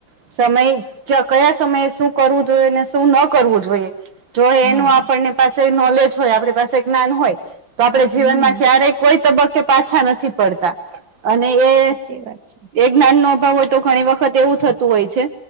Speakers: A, on the right (about 70°); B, on the right (about 55°).
A: સમય ચ કયા સમયે શું કરવું જોઈએ ને શું ન કરવું જોઈએ. જો
B: હા
A: એનું આપણને પાસે નોલેજ હોય આપણી પાસે જ્ઞાન હોય તો આપણે જીવનમાં
B: હમ
A: ક્યારેક કોઈ તબક્કે પાછા નથી પડતા અને એ
B: એ વાત છે.
A: એ જ્ઞાન નો અભાવ હોય તો ઘણી વખત એવું થતું હોય છે.